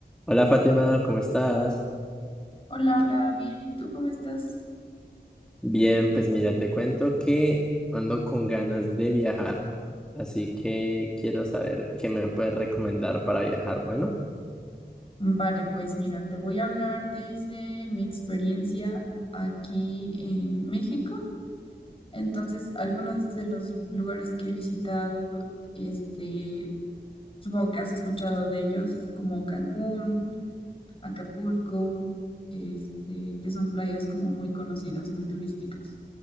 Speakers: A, in the centre; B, on the left (about 30°).
A: Hola Fátima, ¿cómo estás?
B: Hola, hola, bien, ¿y tú cómo estás?
A: Bien, pues mira, te cuento que ando con ganas de viajar, así que quiero saber qué me puedes recomendar para viajar. Bueno,
B: Vale, pues mira, te voy a hablar desde mi experiencia aquí en México. Entonces, algunos de los lugares que he visitado, este, supongo que has escuchado de ellos, como Cancún, Acapulco, este, que son playas como muy conocidas, muy turísticas.